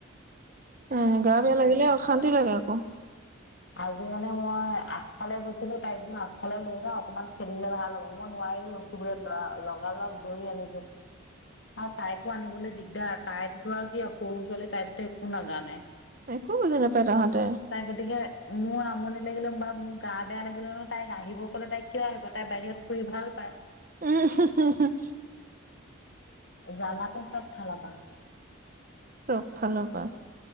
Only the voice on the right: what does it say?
উম গা বেয়া লাগিলে অশান্তি লাগে আকৌ
একো বুজি নাপায় তাহাঁতে।
উম হুম হুম হুম
চব ফালৰ পা